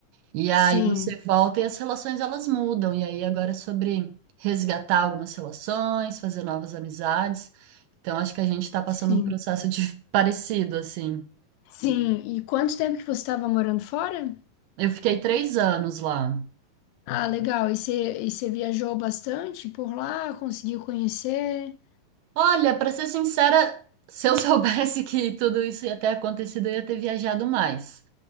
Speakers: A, on the right; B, on the left.
A: e aí
B: Sim,
A: você volta e as relações elas mudam. E aí agora é sobre resgatar algumas relações, fazer novas amizades. Então acho que a gente tá passando
B: sim,
A: um processo de <laughs> parecido, assim.
B: sim. E quanto tempo que você estava morando fora?
A: Eu fiquei três anos lá.
B: Ah, legal. E você, e você viajou bastante por lá? Conseguiu conhecer?
A: Olha, pra ser sincera, se eu <laughs> soubesse que tudo isso ia ter acontecido, eu ia ter viajado mais.